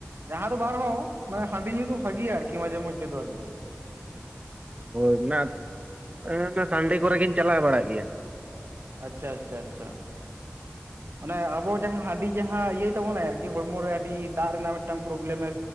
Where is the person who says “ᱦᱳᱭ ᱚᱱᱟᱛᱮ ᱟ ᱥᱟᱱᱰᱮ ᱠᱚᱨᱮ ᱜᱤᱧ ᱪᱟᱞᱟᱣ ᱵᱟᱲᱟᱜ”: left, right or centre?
Right